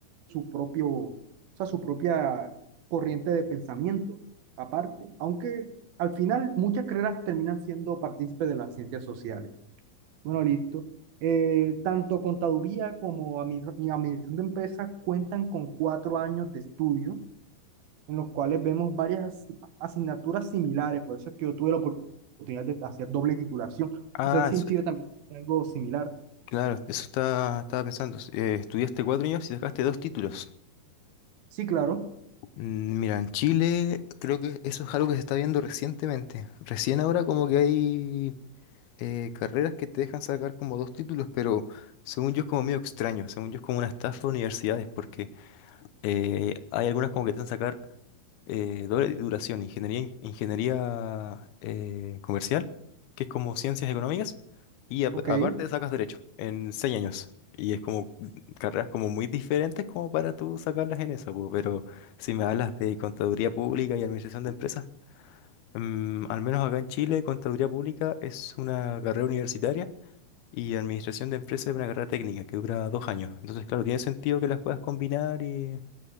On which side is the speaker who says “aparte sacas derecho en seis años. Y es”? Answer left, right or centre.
Left